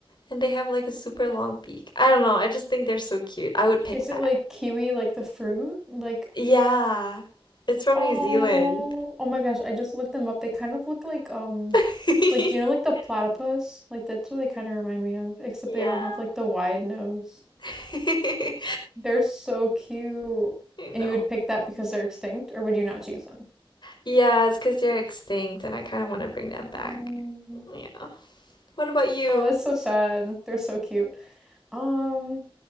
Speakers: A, on the left; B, in the centre.
A: and they have like a super long beak. I don't know, I just think they're so cute. I would pick
B: Is
A: that.
B: it like kiwi, like the fruit? Like
A: Yeah. It's from
B: Oh,
A: New Zealand.
B: oh my gosh, I just looked them up. They kind of look like um
A: <laughs>
B: like you know like the platypus? Like that's what they kind of remind me of, except they
A: Yeah.
B: don't have like the wide nose.
A: <laughs> I
B: They're so cute. And
A: know.
B: you would pick that because they're extinct, or would you not choose them?
A: Yeah, it's because they're extinct and I kind of want to bring them
B: Oh,
A: back. Yeah. What about you?
B: oh, that's so sad. They're so cute. Um,